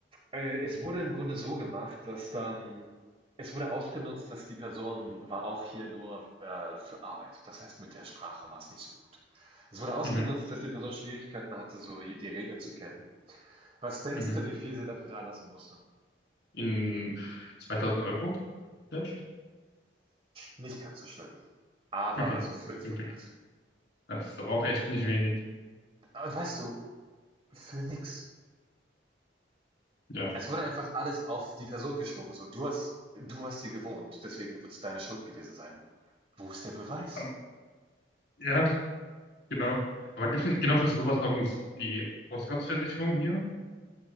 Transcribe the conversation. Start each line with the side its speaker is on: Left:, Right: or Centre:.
Right: Äh, es wurde im Grunde so gemacht, dass dann es wurde ausgenutzt, dass die Person war auch hier nur, äh, für Arbeit. Das heißt, mit der Sprache war es nicht so gut. Es wurde ausgenutzt,
Left: Mhm.
Right: dass die Person Schwierigkeiten hatte, so hier die Regeln zu kennen. Was denkst
Left: Mhm.
Right: du, wie viel sie dafür da lassen musste?
Left: In 2000 Euro vielleicht?
Right: Nicht ganz so schlimm. Aber
Left: Okay,
Right: so 500.
Left: zum Glück. Das ist aber auch echt nicht wenig.
Right: Aber weißt du, für nix.
Left: Ja.
Right: Es wurde einfach alles auf die Person geschoben. So, du hast, du hast sie gewohnt, deswegen wird es deine Schuld gewesen sein. Wo ist der Beweis?
Left: Ähm, Ja, genau. Aber gibt es nicht genau für sowas noch ein, die Hausratsversicherung hier?